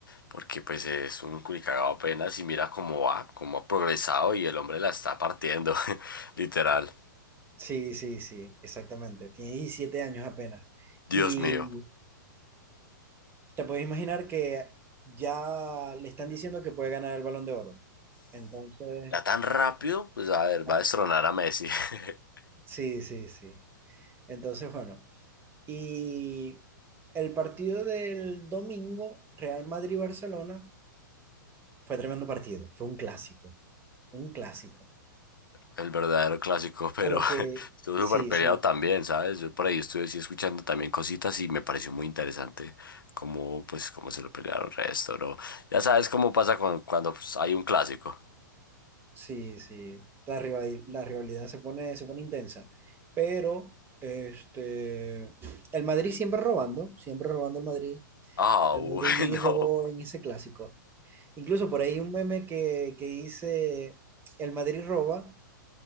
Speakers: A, on the left; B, on the right.
A: porque pues es un culicagado apenas y mira cómo va, cómo ha progresado y el hombre la está partiendo, <laughs> literal.
B: Sí, sí, sí, exactamente. Tiene 17 años apenas.
A: Dios
B: Y
A: mío.
B: te puedes imaginar que ya le están diciendo que puede ganar el Balón de Oro. Entonces,
A: Ya tan rápido, pues a ver,
B: ah,
A: va a destronar a Messi. <laughs>
B: sí, sí, sí. Entonces, bueno. Y el partido del domingo, Real Madrid-Barcelona, fue tremendo partido, fue un clásico, un clásico.
A: El verdadero clásico, pero
B: A lo
A: <laughs>
B: que,
A: estuvo súper
B: sí,
A: peleado
B: sí,
A: también, ¿sabes? Yo por ahí estuve sí, escuchando también cositas y me pareció muy interesante cómo, pues, cómo se lo pelearon el resto, ¿no? Ya sabes cómo pasa cuando, cuando pues, hay un clásico.
B: sí, sí, la rival- la rivalidad se pone, se pone intensa, pero este, el Madrid siempre robando, siempre robando el Madrid.
A: Ah,
B: El
A: <laughs>
B: Madrid
A: bueno.
B: robó en ese clásico. Incluso por ahí un meme que, que dice, el Madrid roba